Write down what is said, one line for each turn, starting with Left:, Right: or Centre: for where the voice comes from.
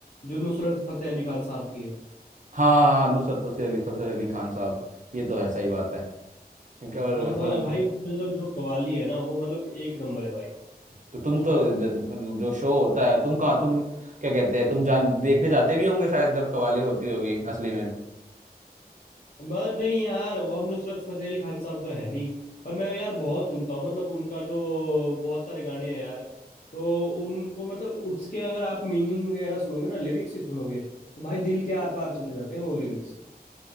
Left: जो नुसरत फतेह अली खान साहब की है
Right: हाँ हाँ हाँ नुसरत फतेह अली फतेह अली खान साहब ये तो है सही बात है इनका और
Left: हाँ तो
Right: मतलब
Left: भाई भाई उसमें जो जो कवाली है ना वो मतलब एक नंबर है भाई
Right: तो तुम तो ज- जो शो होता है तुम कहाँ तुम क्या कहते हैं तुम जान देखने जाते भी होंगे शायद जब कवाली होती होगी असली में
Left: मैं नहीं यार वो अब नुसरत फतेह अली खान साहब तो है नहीं पर मैं यार बहुत सुनता हूँ मतलब उनका जो बहुत सारे गाने हैं यार तो उनको मतलब उसके अगर आप मीनिंग वगैरह सुनोगे ना लिरिक्स ही सुनोगे तो भाई दिल के आर पार चले जाते हैं वो लिरिक्स